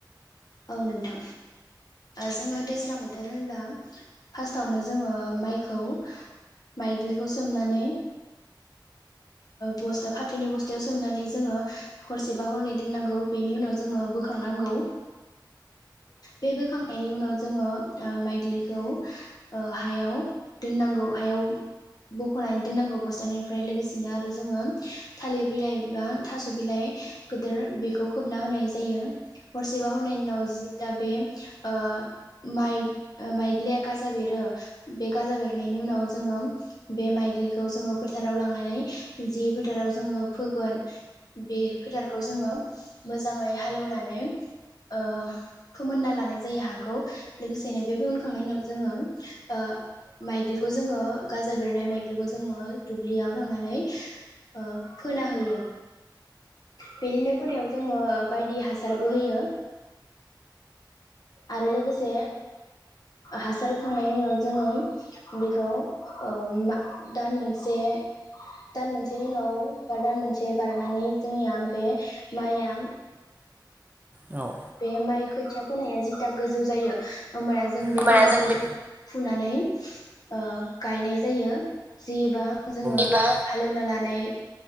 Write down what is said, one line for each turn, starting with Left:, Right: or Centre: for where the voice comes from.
Left: औ नोंथां जोङो दैज्लां बोथोर होनब्ला फार्स्टावनो जोङो माइखौ माइग्लिखौ सोमनानै बस्था फाथोनि बस्थायाव सोमनानै जोङो हरसेबा हरनै दोननांगौ बेनि उनाव जोङो बोखांनांगौ बे बोखां बेनि उनाव जोङो माइग्लिखौ ओ हायाव दोननांगौ हायाव बखनानै दोननांगौ बस्थानिफ्राय लोगोस बिदिनो आरो जोङो थालिर बिलाइ बा थास बिलाइ गोदोर बेखौ खोबना होनाय जायो हरसेबा हरनैनि उनाव जिथा बेम ओह मायग माइग्लिया गाजा बेरो बे गाजा बेरनायनि उनाव जोङो बे माइग्लिखौ जोङो फोथाराव लांनानै जि फोथाराव जोङो फोगोन बे फोथारखौ जोङो मोजाङै हालेवनानै ओह फोमोनना लानाय जायो हाखौ लोगोसेनो बे फोनखांनायनि उनाव जोङो ओह माइग्लिखौ जोङो गाजा बेरनाय माइग्लिखौ जोङो दुब्लियाव थांनानै ओह फोना होयो बिदिनो फोनायाव जों उम ओ बायदि हासारबो होयो आरो लोगोसे हासार होखांनायनि उनाव जोङो बेखौ ओह मा दान मोनसे दान मोनसेनि उनाव बा दान मोनसे बारनानै जोंनिया बे माइया
Right: औ
Left: बे माइ खोथिया फोनाया जिथा गोजौ जायो होमबाना जों बे
Right: होमबाना
Left: खोथियाखौ
Right: बे
Left: जों फुनानै ओह गायनाय जायो जेबां जोङो
Right: एबा
Left: हालेवना लानाय